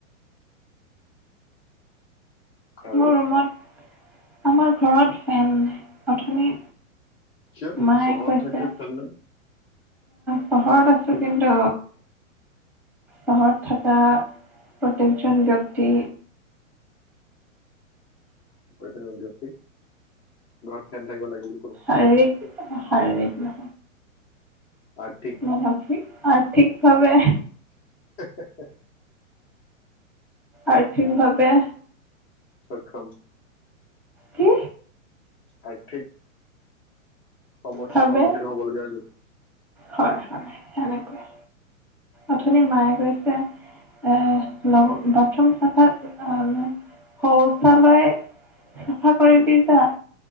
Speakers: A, on the left; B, in the centre.
A: আৰু
B: মোৰ ৰুমত। আমাৰ ঘৰত ফেন নাই অথনি
A: কিয়?
B: মায়ে
A: চহৰত
B: কৈছে
A: থাকে ফেন নাই।
B: চহৰত আছো কিন্তু চহৰত থকা প্ৰত্যয়েকজন ব্যক্তি
A: ক গি <unintelligible> ঘৰত ফেন থাকিব লাগিব।
B: আৰিক হাৰজ <unintelligible>
A: আৰ্থিক
B: মোৰ নাম কি? আৰ্থিকভাৱে
A: হে হে হে
B: আৰ্থিকভাৱে
A: সক্ষম
B: কি?
A: আৰ্থিক সমস্যাৰ
B: ভাবে,
A: সন্মুখীন হ'বলগীয়া হৈছে
B: হয় হয় সেনেকুৱাই। অথনি মায়ে গৈছে, এৰ বাথৰুম চাফা শৌচালয় চাফা কৰিবি
A: উম
B: যা,